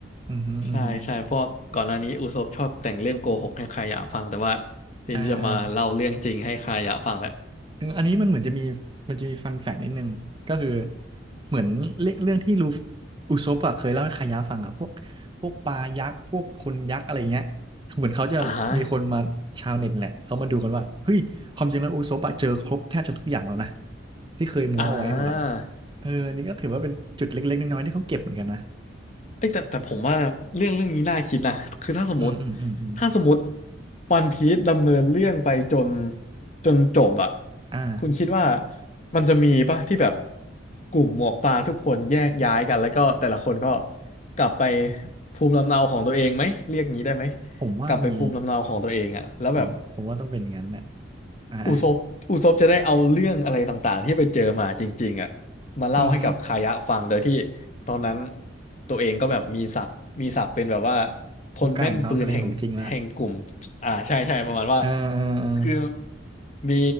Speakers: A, on the right (about 25°); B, on the left (about 35°).
A: อือฮึอือฮึ
B: ใช่ใช่เพราะก่อนหน้านี้อุศบชอบแต่งเรื่องโกหกให้คายะฟังแต่ว่าเดียวจะมาเล่าเรื่องจริงให้คายะฟังแหละ
A: อ่าอ่า เอออันนี้มันเหมือนจะมีมันจะมีฟันแฟกนิดนึงก็คือเหมือนเรื่องเรื่องที่ลูฟอุซปอะเคยเล่าให้คายะฟังอะพวกพวกปลายักษ์พวกคนยักษ์อะไรเงี้ยเหมือนเขาจะมีคนมาชาวเน็ตแหละเขามาดูกันว่าเฮ้ยความจริงแล้วอุซปอะเจอครบแทบจะทุกอย่างแล้วนะ
B: อ่าฮะ
A: ที่เคยมูเอาไว้หมดอะ
B: อ่า
A: เอออันนี้ก็ถือว่าเป็นจุดเล็กๆน้อยๆที่เขาเก็บเหมือนกันนะ
B: เอ้ยแต่แต่ผมว่าเรื่องเรื่องนี้น่าคิดนะคือถ้าสมมติ
A: อืมอืมอืมอืม
B: ถ้าสมมติวันพีซดำเนินเรื่องไปจนจนจบอ่ะ
A: อ่า
B: คุณคิดว่ามันจะมีป่ะที่แบบกลุ่มหมวกฟางทุกคนแยกย้ายกันแล้วก็แต่ละคนก็กลับไปภูมิลำเนาของตัวเองไหมเรียกงี้ได้ไหม
A: ผมว่ามี
B: กลับไปภูมิลำเนาของตัวเองอ่ะแล้วแบบ
A: ผมผมว่าต้องเป็นงั้นน่ะอ่าอ่า
B: อุซบอุซบจะได้เอาเรื่องอะไรต่างๆที่ไปเจอมาจริงๆอ่ะมาเล่าให้กับคายะฟังโดยที่
A: อือฮึ
B: ตอนนั้นตัวเองก็แบบมีศักดิ์มีศักดิ์เป็นแบบว่าพลแม่นปืนแห่งแห่งกลุ่ม
A: ฮูก้าแห่งท้องทะเลของจริงละ
B: อ่าใช่ใช่ประมาณว่า
A: เออเออเออ
B: คือมี